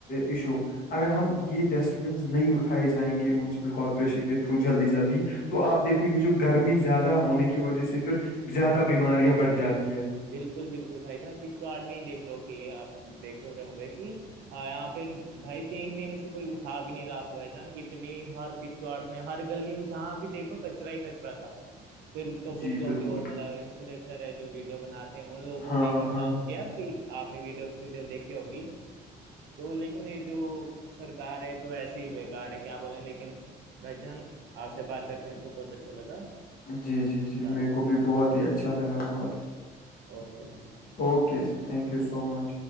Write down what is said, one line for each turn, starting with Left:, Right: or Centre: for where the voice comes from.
Left: ایشو اگر ہم یہ ڈسٹ بینس نہیں اٹھائے جائیں گے مونسپل کارپوریشن کے تھرو جلدی جلدی تو آپ دیکھو یہ جو گرمی زیادہ ہونے کی وجہ سے پھر زیادہ بیماریاں بڑھ جاتی ہے
Right: بالکل بالکل بھائی جان کشتواڑ میں ہی دیکھ لو کہ آپ دیکھ رہے ہوں گے کہ اں پھر بھائی تین مہینے سے کوئی اٹھا بھی نہیں رہا تھا بھائی جہاں کتنی ہر قس کشواڑ میں ہر گلی میں جہاں بھی دیکھو کچرا ہی کچرا تھا پھر تو
Left: جی
Right: کچھ لوگ
Left: بالکل
Right: جو مطلب انفلوئنسر ہے جو ویڈیو بناتے ہیں ان لوگوں
Left: ہاں
Right: نے ہی
Left: ہاں
Right: کام کیا آپ نے ویڈیو ویڈیو دیکھی ہوگی تو لیکن یہ جو سرکار ہے تو ایسی ہی بےکار ہے کیا بولے لیکن بھائی جان آپ سے بات کر کے م کو بہت اچھا لگا
Left: جی جی
Right: خدا
Left: جی میرے
Right: حافظ
Left: کو
Right: خدا
Left: بھی
Right: حافظ
Left: بہت ہی اچھا لگا بہت
Right: okay thank
Left: okay sir thank you so much